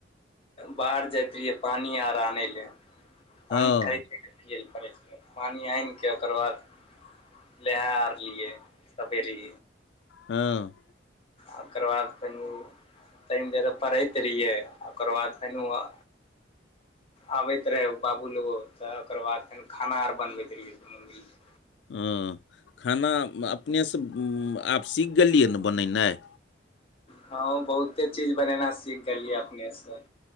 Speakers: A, on the left; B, on the left.
A: बाहर जाइत रहियै पानि आर आनय लए पानि
B: हँ
A: खइत पानि आइन कऽ ओकर बाद नहा आर लियै सबेरै।
B: हँ
A: ओकर बाद फेनो तनि देर पढ़ैत रहियै ओकर बाद फेनु आ आबैत रहै बाबू लगो तऽ ओकर बाद तनि खाना आर बनबैत रहियै। दुनू मिल कऽ
B: हँ खाना अपनेसँ आब सीख गेलियै ने बनेनाइ
A: ह हँ बहुते चीज बनेनाइ सीख गेलियै अपने सँ